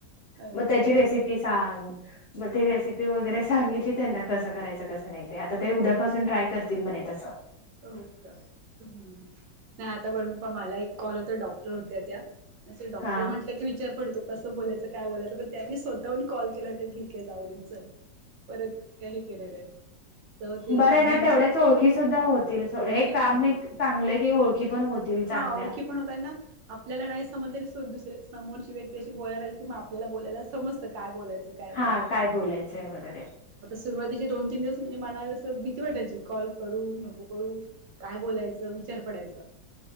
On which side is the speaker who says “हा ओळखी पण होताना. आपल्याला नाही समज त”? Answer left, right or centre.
Right